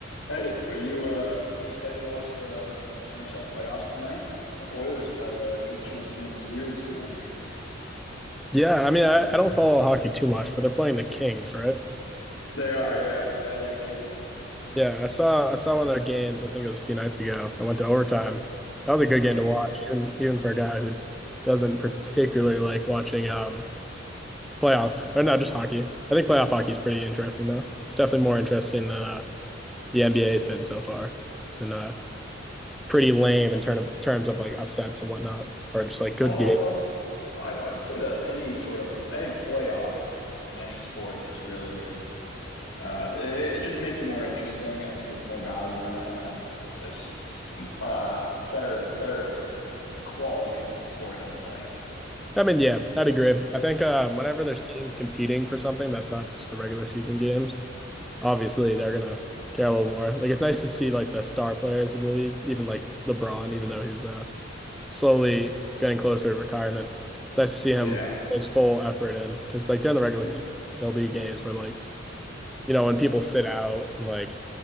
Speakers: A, on the left (about 85°); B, in the centre.
A: Hey, are you uh you excited to watch the NHL playoffs tonight? The Oilers have a good chance to win the series tonight.
B: Yeah, I mean, I, I don't follow hockey too much, but they're playing the Kings, right?
A: They are, yeah, the LA Kings.
B: Yeah, I saw I saw one of their games. I think it was a few nights ago. I went to overtime. That was a good
A: Mm-hmm.
B: game to watch, even even for a guy who doesn't particularly like watching um playoff or not just hockey. I think playoff hockey is pretty interesting though. It's definitely more interesting than uh, the NBA has been so far. It's been uh pretty lame in term of, terms of like upsets and whatnot, or just like good
A: Oh,
B: games
A: well, I I'd say that any sort of any playoffs in any sports is really uh it, it just makes it more interesting. I think there's more value in it and there's uh better better quality of the sport, I'd say.
B: I mean, yeah, I'd agree. I think um, whenever
A: Yeah.
B: there's teams competing for something that's not just the regular season games, obviously they're gonna care a little more. Like it's nice to see like the star players of the league, even like LeBron, even though he's uh, slowly getting closer to retirement. It's nice to see him
A: Yeah.
B: put his full effort in because like during the regular
A: hmm
B: season, there'll be games where like you know when people sit out and like